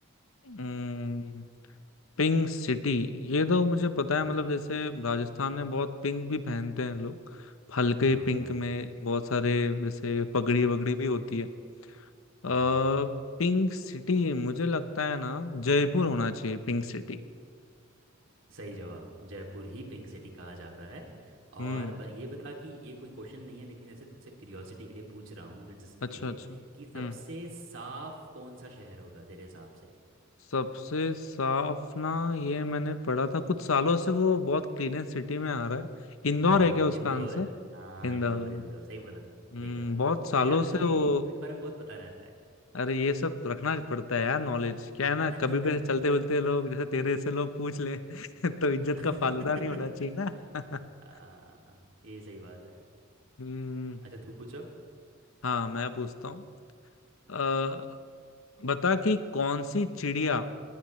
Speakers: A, on the left (about 80°); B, on the right (about 65°).
A: हम्म हम्म, पिंक सिटी ये तो मुझे पता
B: हम्म
A: है मतलब जैसे राजस्थान में बहुत पिंक भी पहनते हैं लोग हल्के
B: हाँ
A: पिंक
B: हाँ
A: में बहुत सारे जैसे पगड़ी वगड़ी भी होती है अ
B: हाँ
A: पिंक सिटी मुझे लगता है ना जयपुर होना चाहिए पिंक सिटी
B: सही जवाब जयपुर ही पिंक सिटी कहा जाता है और
A: हम्म
B: ब, ये बता कि ये कोई क्वेश्चन नहीं है लेकिन ऐसे तुझसे क्यूरियोसिटी के लिए पूछ रहा हूँ दिलचस्पी
A: अच्छा
B: के लिए
A: अच्छा
B: कि सबसे
A: हम्म
B: साफ कौन सा शहर होगा तेरे हिसाब से
A: सबसे साफ ना ये मैंने पढ़ा था कुछ सालों से वो बहुत क्लीनेस्ट सिटी में आ रहा है इंदौर
B: हाँ
A: है क्या उसका
B: इंदौर
A: आंसर
B: हाँ
A: इंदौर
B: इंदौर इंदौर सही बोला तूने
A: हम्म
B: सही बोला
A: बहुत सालों
B: अरे यार
A: से
B: तुझे
A: वो
B: ये चीज़ों के बारे में बहुत पता रहता
A: अरे ये सब रखना पड़ता है यार नॉलेज क्या है ना
B: है
A: कभी भी ऐसे चलते
B: <laughs>
A: मिलते लोग जैसे तेरे से लोग पूछ ले <laughs> तो इज्जत का फालूदा
B: <laughs>
A: नहीं होना चाहिए ना <laughs>
B: आ, ये सही बात है
A: हम्म
B: अच्छा तू पूछ अब
A: हाँ मैं पूछता हूँ अ, बता कि कौन सी चिड़िया